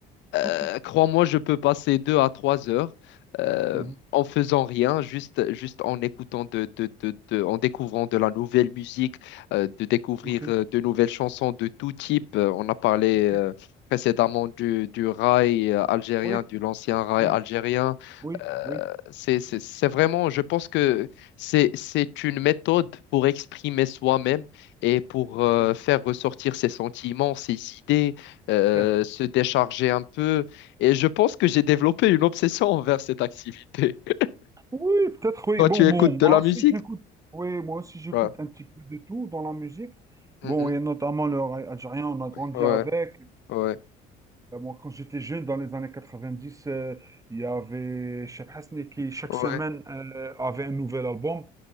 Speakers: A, on the left; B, on the right.
A: Euh,
B: Ok.
A: crois-moi, je peux passer deux à trois heures euh,
B: Mhm.
A: en faisant rien, juste, juste en écoutant de, de, de, de- en découvrant de la nouvelle musique, euh, de découvrir
B: Ok.
A: euh, de nouvelles chansons de tout type. Euh, on a parlé
B: Ok.
A: euh, précédemment du, du rail euh, algérien,
B: Oui.
A: de l'ancien rail
B: Oui.
A: algérien.
B: Oui.
A: Euh,
B: Oui.
A: c'est, c'est, c'est vraiment, je pense que c'est, c'est une méthode pour exprimer soi-même et pour euh,
B: Mm.
A: faire ressortir ses sentiments, ses idées euh,
B: Clair.
A: se décharger un peu. Et je pense que j'ai développé une obsession envers cette activité. <laughs>
B: Oui, peut-être, oui.
A: Toi,
B: Bon,
A: tu
B: bon,
A: écoutes
B: moi
A: de la
B: aussi,
A: musique?
B: j'écoute. Oui, moi aussi, j'écoute
A: Ouais.
B: un petit peu de tout dans la musique.
A: Mhm.
B: Bon, et notamment le raï algérien, on a grandi
A: Ouais,
B: avec.
A: ouais,
B: Euh, Moi, quand j'étais jeune, dans les années 90, euh, il y avait Cheb Hasni qui, chaque
A: ouais.
B: semaine, euh, avait un nouvel album.